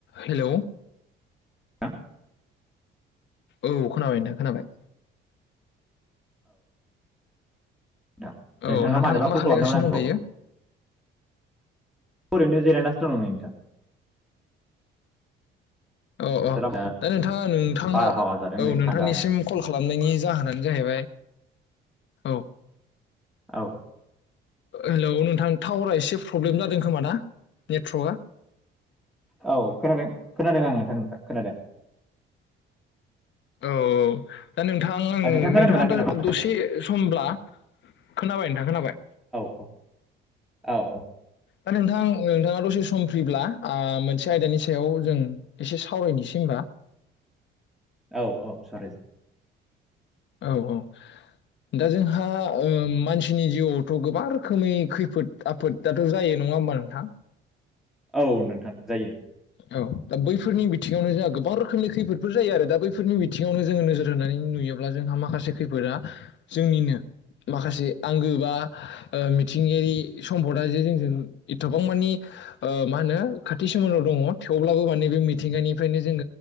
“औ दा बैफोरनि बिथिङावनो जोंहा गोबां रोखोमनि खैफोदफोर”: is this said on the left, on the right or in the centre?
Left